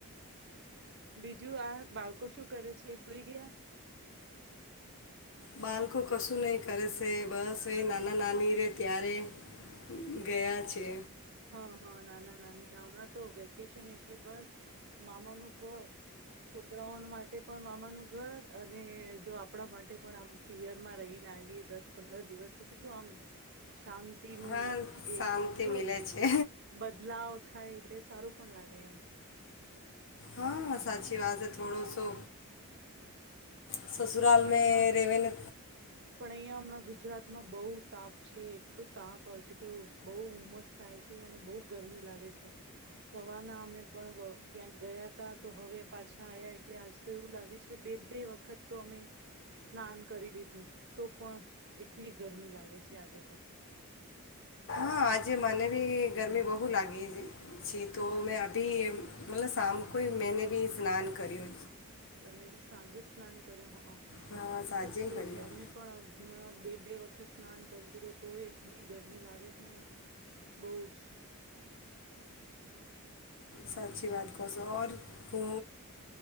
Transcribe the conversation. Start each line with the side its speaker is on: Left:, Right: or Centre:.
Right: બીજું આ બાળકો શું કરે છે? સુઈ ગયા?
Left: બાળકો કશું નહી કરે છે. બસ એ નાના નાની રે ત્યારે ગયા છે.
Right: હા હા, નાના નાની ના હમણાં તો વેકેશન એટલે બસ મામાનું ઘર. છોકરાઓ માટે પણ મામાનું ઘર અને જો આપણા માટે પણ આમ પિયરમાં રહીને આવીએ દસ પંદર દિવસ તો કેટલું આમ શાંત તી નું
Left: હા
Right: એ
Left: શાંતિ
Right: થોડો
Left: મિલે છે
Right: બદલાવ થાય એટલે સારું પણ લાગે એમ
Left: હા સાચી વાત છે. થોડોસો સસુરાલ
Right: પણ
Left: મે
Right: અહિયાં
Left: રેવેેને
Right: પણ અહીયાં હમણાં ગુજરાતમાં બહુ તાપ છે. એટલું તાપ હજુ તો બહુ ઉમસ થાય છે. અને બહુ ગરમી લાગે છે. સવારના અમે પણ વ ક્યાંક ગયા તા તો હવે પાછા આયા. એટલે આજ તો એવું લાગે છે બે બે વખત તો અમે સ્નાન કરી લીધું. તો પણ એટલી ગરમી લાગે છે આજે તો.
Left: હા આજે મને બી ગરમી બહુ લાગી છે. તો મેં અભી મતલબ સામ કોઈ મેને બી સ્નાન કર્યું.
Right: તમે બી સાંજે જ સ્નાન કર્યો હ
Left: હા
Right: એ
Left: સાંજે
Right: તો છે
Left: કર્યું
Right: જ અમે પણ હમણાં બે. બે વખત સ્નાન કરી લીધો તો એ એટલી ગરમી લાગે છે ને. બહુ જ
Left: સાચી વાત કશ ઓર કો